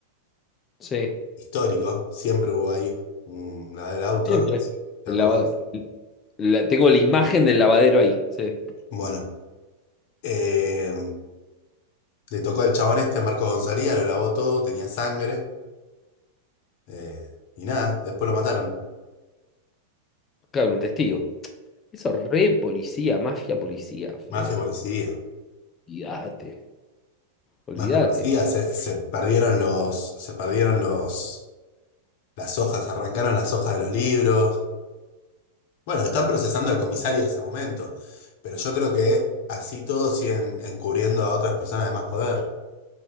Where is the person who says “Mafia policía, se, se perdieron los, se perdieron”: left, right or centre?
Left